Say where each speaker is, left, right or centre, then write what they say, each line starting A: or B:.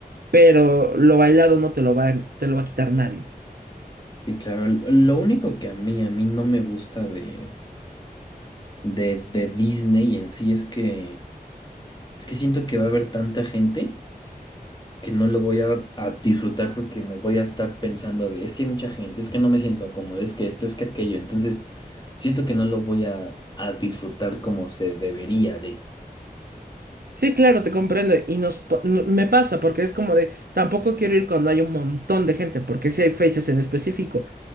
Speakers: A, on the right (about 75°); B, on the left (about 30°).
A: pero lo bailado no te lo va, a- te lo va a quitar nadie.
B: Sí, claro. L- Lo único que a mí, a mí no me gusta de, de, de Disney en sí es que, es que siento que va a haber tanta gente que no lo voy a, a disfrutar porque me voy a estar pensando de, es que hay mucha gente, es que no me siento cómodo, es que esto, es que aquello. Entonces, siento que no lo voy a, a disfrutar como se debería de.
A: Sí, claro, te comprendo y nos, pa- no- me pasa porque es como de tampoco quiero ir cuando hay un montón de gente porque sí hay fechas en específico